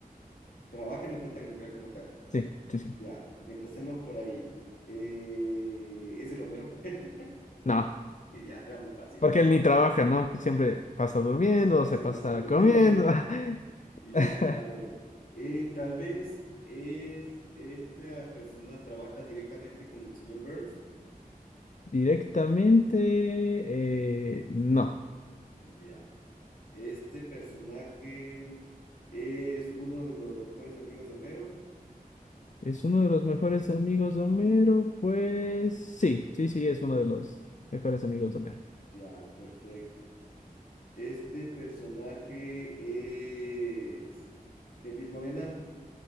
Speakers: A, on the left; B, on the left.
A: trabaja en la planta que no queda como tal.
B: Sí, sí, sí.
A: Ya, empecemos por ahí. Eh, ¿es el Homero? <laughs>
B: No,
A: Ya, era muy fácil.
B: porque él ni trabaja, ¿no? Siempre pasa durmiendo,
A: A ver
B: se
A: si
B: pasa
A: pasa a dormir
B: comiendo.
A: <laughs> literal.
B: <laughs>
A: Y ya, a ver. Eh, tal vez es esta persona trabaja directamente con el señor Burns.
B: Directamente, eh, no.
A: Ya. Este personaje es uno de los mejores amigos de Homero.
B: ¿Es uno de los mejores amigos de Homero? Pues sí, sí, sí, es uno de los mejores amigos de Homero.
A: Ya, perfecto. Este personaje es de piel morena,